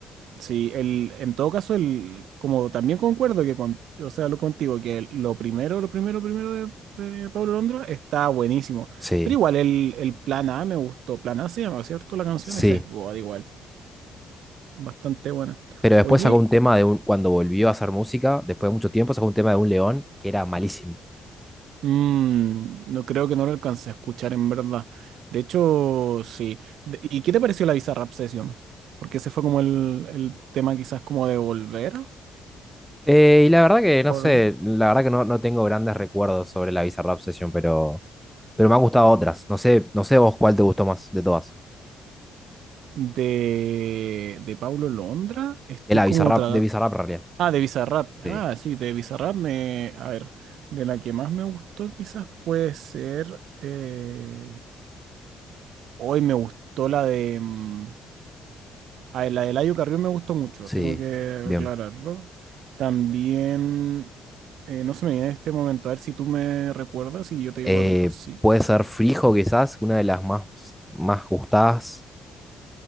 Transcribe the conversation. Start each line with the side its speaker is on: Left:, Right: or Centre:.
Right: Sí, el, en todo caso, el, como también concuerdo que con, o sea, lo contigo, que el- lo primero, lo primero, primero de, de Pablo Londra está buenísimo.
Centre: Sí,
Right: Pero igual el, el plan A me gustó. Plan A se llama, ¿cierto? La canción
Centre: sí.
Right: esa es God, igual. Bastante buena.
Centre: Pero después
Right: Oye,
Centre: sacó un tema de un, cuando volvió a hacer música, después de mucho tiempo, sacó un tema de un león que era malísimo.
Right: mm, no creo que no lo alcance a escuchar en verdad. De hecho, sí. De- ¿Y qué te pareció la Bizarrap Session? Porque ese fue como el, el tema quizás como de volver.
Centre: Eh, y la verdad que no
Right: Pablo
Centre: sé,
Right: Londra.
Centre: la verdad que no, no tengo grandes recuerdos sobre la Bizarrap Session, pero, pero me han gustado otras. No sé, no sé vos cuál te gustó más de todas.
Right: De, de Paulo Londra, estoy
Centre: De la
Right: como
Centre: Bizarrap,
Right: tra...
Centre: de Bizarrap en realidad.
Right: Ah, de Bizarrap. Ah,
Centre: Sí,
Right: sí, de Bizarrap me... A ver, de la que más me gustó quizás puede ser... eh, Hoy me gustó la de... mm, Ah, la de Layo Carrión me gustó mucho,
Centre: sí,
Right: tengo que
Centre: bien.
Right: aclararlo. También... eh, no se me viene en este momento, a ver si tú me recuerdas y yo te digo
Centre: Eh,
Right: a lo mejor sí.
Centre: puede ser Frijo, quizás, una de las más, más gustadas.